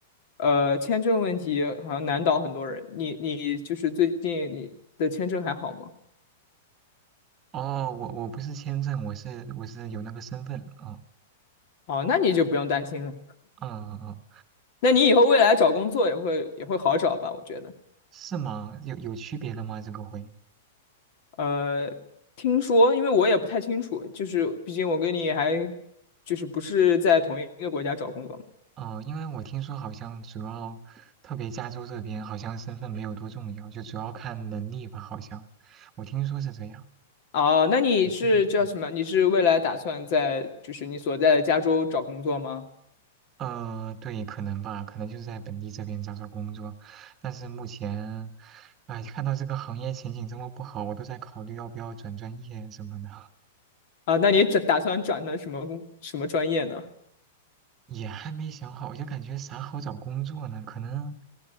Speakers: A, on the left; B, on the right.
A: 呃，签证问题好像难倒很多人。你你就是最近你的签证还好吗？
B: 哦，我我不是签证，我是我是有那个身份。哦，
A: 啊，那你就不用担心了。
B: 嗯嗯嗯，
A: 那你以后未来找工作也会也会好找吧？我觉得。
B: 是吗？有有区别的吗？这个会？
A: 呃，听说，因为我也不太清楚，就是毕竟我跟你还就是不是在同一个国家找工作嘛。
B: 哦，因为我听说好像主要，特别加州这边好像身份没有多重要，就主要看能力吧，好像。我听说是这样，
A: 哦，那你是叫什么？
B: 不确定。嗯
A: 你是未来打算在就是你所在的加州找工作吗？
B: 呃，对，可能吧，可能就是在本地这边找找工作，但是目前，哎，看到这个行业前景这么不好，我都在考虑要不要转专业什么的，
A: 啊，那你转打算转的什么工什么专业呢？
B: 也还没想好，我就感觉啥好找工作呢？可能，